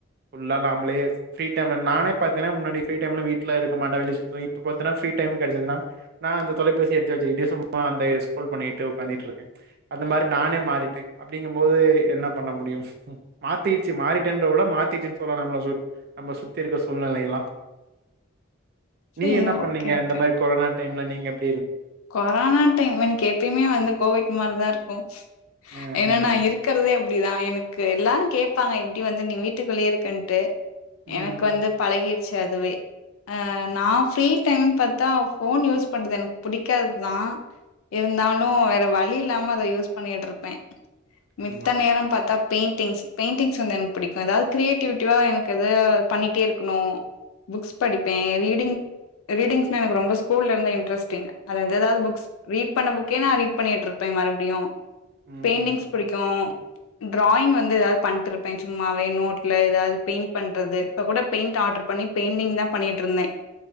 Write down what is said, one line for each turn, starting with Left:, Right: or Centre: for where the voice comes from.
Right: ஃபுல்லா நாம்ளே ஃப்ரீ டைம்ல நானே பாத்தீனா முன்னாடி ஃப்ரீ டைம்ல வீ்ட்ல இருக்க மாட்ட வெளிய சுத்துவே இப்ப பாத்தினா ஃப்ரீ டைம் கெடச்சுதுனா நா அந்த தொலைபேசிய எடுத்து வெச்சுகிட்டு சும்மா அந்த ஸ்க்ரோல் பண்ணிட்டு உக்காந்துகிட்டு இருக்க அந்த மாரி நானே மாறிட்ட அப்டிங்கும்போது என்னா பண்ண முடியு மாத்திடுச்சு மாறிட்டேன்றத விட மாத்திட்டுச்சுனு சொல்லலா நம்ள சு நம்ப சுத்தி இருக்க சூழ்நிலைகளெல்லா
Left: சரி
Right: நீ என்ன பண்ணீங்க
Left: ஓகே ஓகே
Right: இந்த மாரி கொரன டைம்ல நீங்க எ
Left: கொரோனா டைம் எனக் எப்யுமே வந்து கோவிட் மாரிதா இருக் கு
Right: ஆஹ
Left: ஏன்னா நா இருக்கறதே அப்டிதா எனக்கு எல்லாரு கேப்பாங்க எப்டி வந்து நீ வீட்டுக்குள்ளயே இருக்கன்ட்டு
Right: ம்
Left: எனக்கு வந்து பழகிரு ச்சு அதுவே ஆ நா ஃப்ரீ டைமுன் பாத்தா ஃபோன் யூஸ் பண்றது எனக் புடிக்காதுதா இருந்தாலு வேற வழி இல்லாம அத யூஸ் பண்ணியிட்ருப்ப <unintelligible>
Right: ஆமா
Left: பெய்ண்டிங்ஸ் பெய்ண்டிங்ஸ் வந்து எனக்கு புடிக்கு ஏதாவ்து க்ரியேட்டிவிட்டிவா எனக்கு எதா பண்ணிட்டே இருக்குணு புக்ஸ் படிப்பே ரீடிங் ரீடிங்ஸ்னா எனக்கு ரொம்ப ஸ்கூல்ல இருந்தே இன்ட்ரெஸ்ட்டிங் அதுந்தேதாவது புக்ஸ் ரீட் பண்ண புக் கே நா ரீட் பண்ணியிட்ருப்பே மறுப்டியு
Right: ம்ஹ்ம்.
Left: பெயிண்ட்டிங்ஸ் புடிக்கு ட்ராயிங் வந்து எதாவ் பண்ட்ருப்பே சும்மாவே நோட்ல ஏதாது பெயிண் பண்றது இப்பக் கூட பெயிண்ட்டு ஆட்ரு பண்ணி பெய்ண்டிங் தா பண்ணியிட்ருந்தே